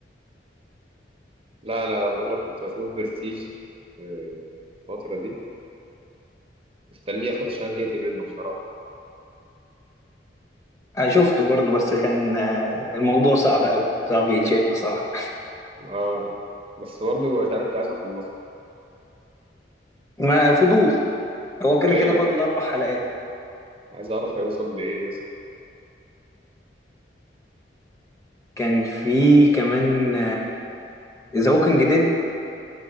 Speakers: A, on the right; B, on the left.
A: لا انا بقول لك كنت بشوف برستيج إيه، الفتره دي مستنيه اخلص عشان زهقت منه بصراحه
B: أنا شفته برضه بس كان آه، الموضوع صعب قوي صعب يتشاف بصراحه
A: اه بس برضه مش عارف ليه عايز اخلصه
B: ما فضول هو
A: <laughs>
B: كده كده
A: ايوه
B: فاضل اربع حلقات
A: عايز اعرف هيوصل لايه يا اسطى
B: كان في كمان ذا ووكينج ديد